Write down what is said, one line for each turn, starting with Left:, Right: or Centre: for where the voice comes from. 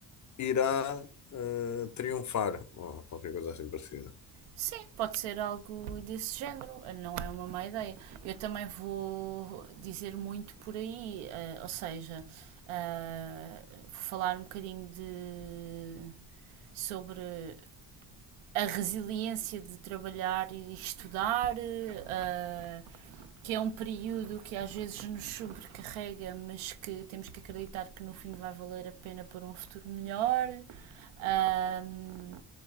Left: irá eh, triunfar, ou qualquer coisa assim parecida.
Right: Sim, pode ser algo desse género, ah, não é uma má ideia. Eu também vou dizer muito por aí, ah, ou seja, ah, vou falar um bocadinho de sobre a resiliência de trabalhar e estudar, ah, que é um período que às vezes nos sobrecarrega, mas que temos que acreditar que no fim vai valer a pena por um futuro melhor. ahm,